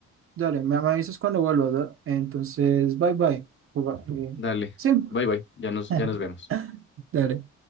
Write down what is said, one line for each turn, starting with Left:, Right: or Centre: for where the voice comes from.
Right: dale, me, me avisas cuando vuelvo, ¿no? Entonces, bye bye. Juga- eh,
Left: Dale,
Right: Sí.
Left: bye bye, ya nos,
Right: <laughs>
Left: ya nos vemos.
Right: ¿Dale.